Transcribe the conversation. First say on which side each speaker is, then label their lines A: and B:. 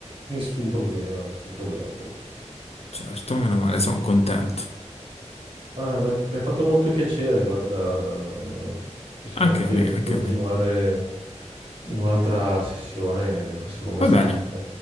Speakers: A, on the right (about 45°); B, on the left (about 55°).
A: nessun problema, nessun problema proprio.
B: certo, meno male, sono contento.
A: Ah, ma- mi ha fatto molto piacere, guarda, eh, possiamo
B: Anche
A: anche
B: a me, anche
A: continuare
B: a me.
A: in un'altra sessione questa conversazione.
B: Va bene.